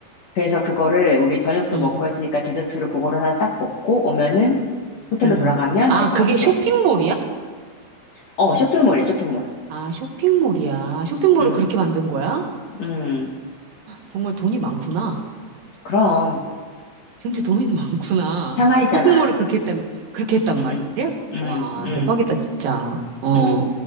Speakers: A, on the left; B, on the right.
A: 그래서 그거를 우리 저녁도
B: 음,
A: 먹고 했으니까 디저트로 그거를 하나 딱 먹고 오면은 호텔로
B: 음.
A: 돌아가면
B: 아,
A: 될
B: 그게
A: 것 같아.
B: 쇼핑몰이야?
A: 어, 쇼핑몰이야, 쇼핑몰.
B: 아, 쇼핑몰이야. 쇼핑몰을
A: 음,
B: 그렇게 만든 거야?
A: 음.
B: 정말 돈이 많구나.
A: 그럼
B: 진짜 범인이 많구나.
A: 상하이잖아.
B: 쇼핑몰을 그렇게 했단, 그렇게 했단
A: 응,
B: 말이야?
A: 응,
B: 와,
A: 응,
B: 대박이다, 진짜. 어.
A: 응.